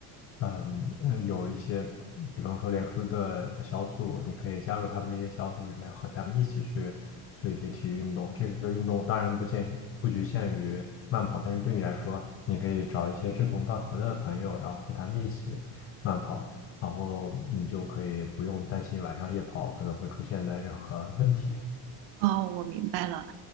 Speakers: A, on the left (about 35°); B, on the right (about 65°).
A: 嗯，呃有一些，比方说脸书的小组，你可以加入他们这些小组里面，和他们一起去做一些体育运动。这个运动当然不限不局限于慢跑，但是对你来说，你可以找一些志同道合的朋友，然后和他们一起慢跑。然后你就可以不用担心晚上夜跑可能会出现的任何问题。
B: 哦，我明白了。